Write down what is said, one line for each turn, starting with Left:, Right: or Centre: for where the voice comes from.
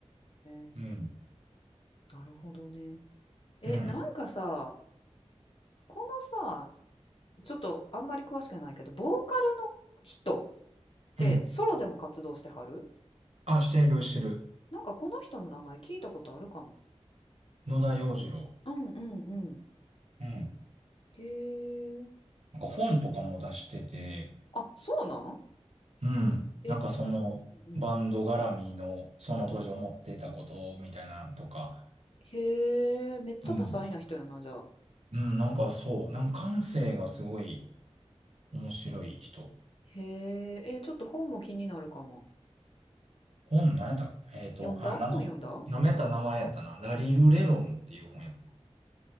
Left: え。
Right: うん。
Left: なるほどね。え、
Right: うん。
Left: なんかさ、このさ、ちょっとあんまり詳しくないけど、ボーカルの人ってソロでも活動してはる
Right: うん。あ、してる、してる。
Left: なんかこの人の名前聞いたことあるかも。
Right: 野田洋次郎。
Left: うんうんうん。
Right: うん。
Left: へえ。
Right: なんか本とかも出してて、
Left: あ、そうなん
Right: うん。
Left: え、
Right: なんかそのバンド絡みのその当時思ってたことみたいなのとか。
Left: うんうん。へえ、めっちゃ多彩な人やな、
Right: うん。
Left: じゃあ。
Right: うん、なんかそう。なんか感性がすごい面白い人。
Left: へえ、えー、ちょっと本も気になるかも。
Right: 本何やったえっと、
Left: 読んだ本読んだ
Right: あ、なんか、舐めた名前やったな。ラリルレロンっていう本やっ